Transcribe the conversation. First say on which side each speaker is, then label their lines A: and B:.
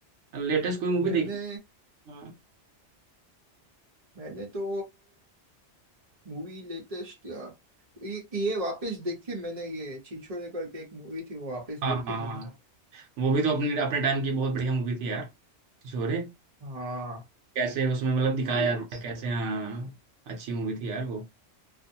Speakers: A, on the right; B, on the right.
A: लेटेस्ट कोई मूवी
B: मैंने
A: देखी हाँ
B: मैंने तो मूवी लेटेस्ट या ये ये वापस देखी मैंने ये छिछोरे करके एक मूवी थी वो वापस
A: हाँ
B: देखी
A: हाँ
B: मैंने
A: हाँ। वो भी तो अपने अपने टाइम की बहुत बढ़िया मूवी थी यार छोरे
B: हाँ
A: कैसे उसमें मतलब दिखाया
B: वो-
A: था कैसे हाँ अच्छी मूवी थी यार वो